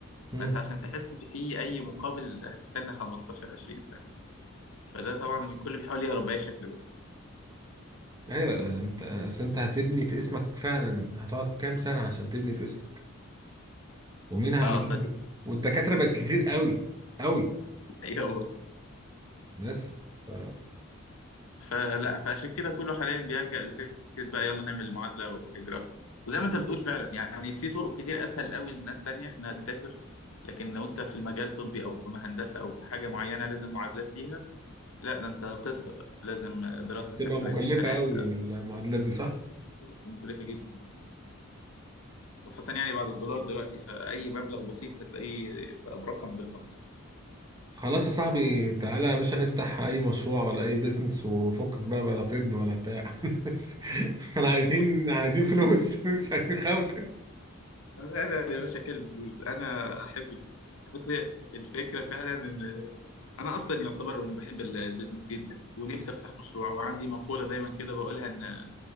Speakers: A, on the right (about 20°); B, on the left (about 85°).
A: امم
B: فانت عشان تحس ان في اي مقابل هتستنى 15 20 سنه فده طبعا الكل بيحاول يهرب باي شكل بقى
A: ايوه ده انت اصل انت هتبني في اسمك فعلا هتقعد كام سنه عشان تبني في اسمك ومين
B: ف...
A: هيعرفك
B: فدي
A: والدكاتره بقت كتير قوي قوي
B: حقيقه برضه
A: بس ف-
B: فلا فعشان كده كله حاليا بيلجأ لفكره بقى يلا نعمل معادله وهجره وزي ما انت بتقول فعلا يعني في طرق كتير اسهل قوي لناس تانية انها تسافر لكن لو انت في المجال الطبي او في هندسه او في حاجه معينه لازم معادلات ليها لا ده انت قصه بقى لازم دراسه
A: بتبقى مكلفه
B: سنتين ثلاثه
A: قوي المعادلات دي صح
B: قصه مكلفه جدا خاصه يعني بعد الدولار دلوقتي فاي مبلغ بسيط هتلاقيه بقى برقم بالمصري
A: خلاص يا صاحبي تعالى يا باشا نفتح اي مشروع ولا اي بيزنس وفكك بقى بلا طب ولا بتاع <laughs> بس احنا عايزين
B: انا
A: عايزين فلوس <laughs> مش عايزين خوته
B: أنا يا باشا كلب فلوس انا احب الفلوس بس هي الفكره فعلا ان انا اصلا يعتبر انا بحب ال- البيزنس جدا ونفسي افتح مشروع وعندي مقوله دايما كده بقولها ان